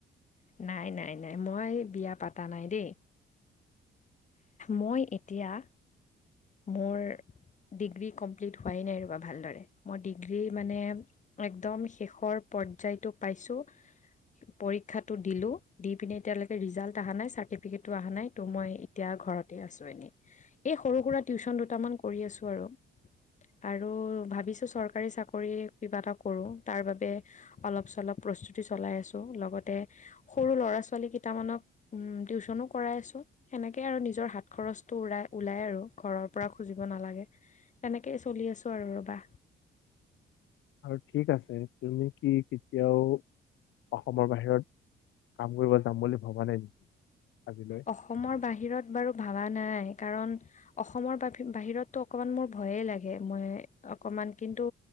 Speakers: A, on the left; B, on the left.
A: নাই নাই নাই মই বিয়া পতা নাই দেই। মই এতিয়া মোৰ ডিগ্ৰী কমপ্লিট হোৱাই নাই ৰবা ভালদৰে মই ডিগ্ৰী মানে একদম শেষৰ পৰ্যায়টো পাইছোঁ পৰীক্ষাটো দিলো দি পিনে এতিয়ালৈকে ৰিজাল্ট অহা নাই চাৰ্টিফিকেটো অহা নাই ত' মই এতিয়া ঘৰ আছো এনেই এই সৰু সুৰা টিউশচন দুটামান কৰি আছোঁ আৰু। আৰু ভাবিছো চৰকাৰী চাকৰি কিবা এটা কৰো তাৰ বাবে অলপ চলপ। প্ৰস্তুতি চলাই আছো লগতে সৰু ল'ৰা ছোৱালী কেইটামানক টিউশচনো কৰাই আছো। সেনেকে আৰু নিজৰ হাত খৰচটো উৰাই লাই ওলাই আৰু। ঘৰৰ পৰা খুজিব নালাগে এনেকেই চলি আছো আৰু ৰবা।
B: আৰু ঠিক আছে তুমি কি কেতিয়াও অসমৰ বাহিৰত। কাম কৰিব যাম বুলি ভবা নাই নেকি! আজিলৈ
A: অসমৰ বাহিৰত বাৰু ভাবা নাই। কাৰণ অসমৰ ব বাহিৰততো অকণমান মোৰ ভয়ে লাগে মই অকণমান কিন্তু।